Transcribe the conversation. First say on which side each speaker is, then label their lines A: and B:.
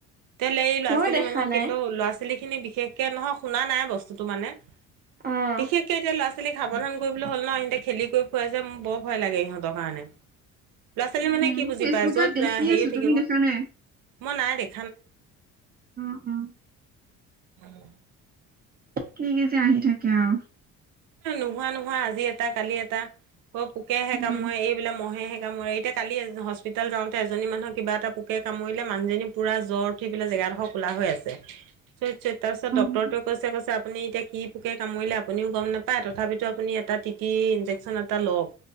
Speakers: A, on the right; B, on the right.
A: <unintelligible> এই ল'ৰা-ছোৱালী
B: ময়ো দেখা
A: মানুহক
B: নাই
A: কিন্তু ল'ৰা-ছোৱালী খিনি বিশেষকে নহয় শুনা নাই বস্তুতটো মানে।
B: অ'।
A: বিশেষকে এতিয়া ল'ৰা-ছোৱালীক সাৱধান কৰিবলৈ হ'ল নহ সিহতে খেলি কৰি। <unintelligible> যে মোৰ বৰ ভয় লাগে ইহঁতৰ কাৰণে। ল'ৰা-ছোৱালী
B: উম
A: মানে কি
B: মই
A: বুজি
B: ফেচবুকত
A: পায় য'ত
B: দেখি
A: হেৰিও
B: আছো
A: থাকিব
B: তুমি দেখা নাই?
A: মই নাই দেখ।
B: উম উম।
A: অহ।
B: কি যে আহি থাকে আৰু।
A: নোহোৱা নোহোৱা আজি এটা কালি এটা অ পোকেহে
B: উম
A: কামোৰে এইবিলাক মহে হে। মই এতিয়া কালি হস্পিতাল যাওঁতে এজনী মানুহ কিবা এটা পোকে কামৰিলে মানুহজনী পুৰা জ্বৰ উঠি পেলাই জেগা। জেগা ডোখৰ ক'লা হৈ আছে। তাৰ পিছত
B: উম
A: ডক্টৰ টোৱে কৈছে কৈছে আপুনি এতিয়া কি পোকে কামৰিলে আপোনিও গম নাপায়। তথাপিটো আপোনি এটা টিটি ইনজেকচন এটা লওঁক।